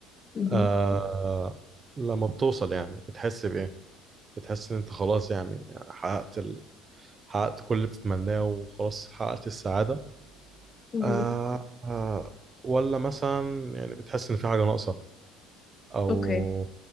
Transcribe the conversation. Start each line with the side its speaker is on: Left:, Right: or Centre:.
Left: مهم.
Right: آه لما بتوصل يعني بتحس بإيه؟ بتحس إن أنت خلاص يعني حققت ال... حققت كل اللي بتتمناه وخلاص حققت السعادة
Left: مهم.
Right: آه آه ولا مثلا يعني بتحس إن في حاجة ناقصة أو
Left: اوكي